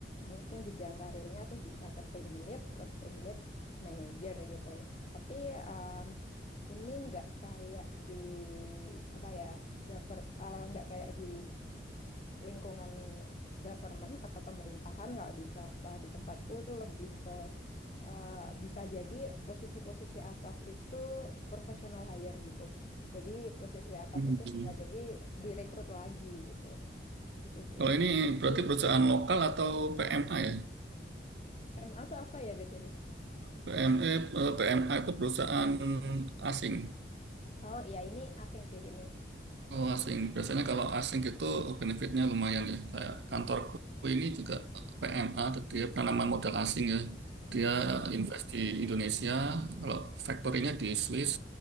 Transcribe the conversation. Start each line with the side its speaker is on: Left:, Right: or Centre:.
Left: mungkin jenjang karirnya tuh bisa ke team lead, terus team lead manager gitu. Tapi em, ini nggak kayak di apa ya gover, eh, nggak kayak di lingkungan government atau pemerintahan. Kalau di swasta di tempatku tuh lebih ke eh, bisa jadi posisi-posisi atas itu professional hire gitu. Jadi posisi atas
Right: Hmm.
Left: itu bisa jadi direkrut lagi gitu. Gitu sih.
Right: Kalau ini berarti perusahaan lokal atau PMA ya?
Left: PMA tuh apa ya BTW?
Right: PME, eh, PMA itu perusahaan asing.
Left: Oh iya ini asing sih ini.
Right: Oh, asing. Biasanya kalau asing itu benefitnya lumayan ya. Kayak kantorku ini juga PMA, dia penanaman modal asing ya.
Left: Mhm.
Right: Dia invest di Indonesia, kalau factory-nya di Swiss.